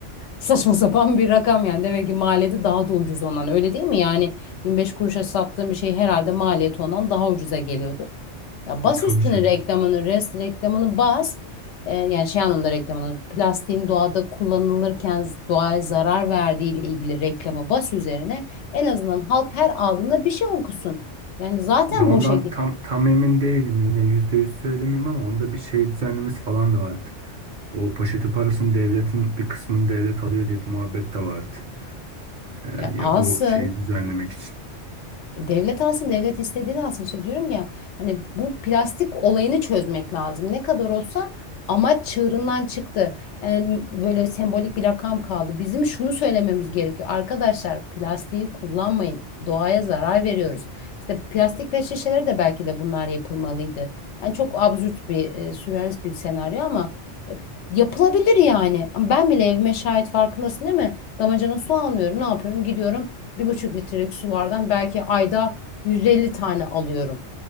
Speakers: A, on the left; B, on the right.
A: Saçma sapan bir rakam yani. Demek ki maliyeti daha da ucuz ondan. Öyle değil mi? Yani 25 kuruşa sattığım bir şey herhalde maliyeti ondan daha ucuza geliyordu. Ya bas
B: E, tabii
A: üstüne
B: canım.
A: reklamını, rest reklamını bas. Ee, yani şey anlamda reklamını, plastiğin doğada kullanılırken doğaya zarar verdiği ile ilgili reklamı bas üzerine. En azından halk her aldığında bir şey okusun. Yani zaten
B: Ya ondan
A: boşa git.
B: tam tam emin değilim yine yüzde yüz söylemeyeyim ama onda bir şey düzenlemesi falan da vardı. O poşeti parasını devletin bir kısmını devlet alıyor diye bir muhabbet de vardı. E,
A: Ya
B: ya
A: alsın.
B: bu şeyi düzenlemek için.
A: E, Devlet alsın, devlet istediğini alsın. İşte diyorum ya hani bu plastik olayını çözmek lazım. Ne kadar olsa amaç çığırından çıktı. Yani böyle sembolik bir lakam kaldı. Bizim şunu söylememiz gerekiyor. Arkadaşlar plastiği kullanmayın. Doğaya zarar veriyoruz. İşte plastik pet şişeleri de belki de bunlar yapılmalıydı. Yani çok absürt bir, e, sürrealist bir senaryo ama e, yapılabilir yani. Ama Ben bile evime şahit farkındasın değil mi? Damacana su almıyorum. Ne yapıyorum? Gidiyorum bir buçuk litrelik sulardan belki ayda 150 tane alıyorum.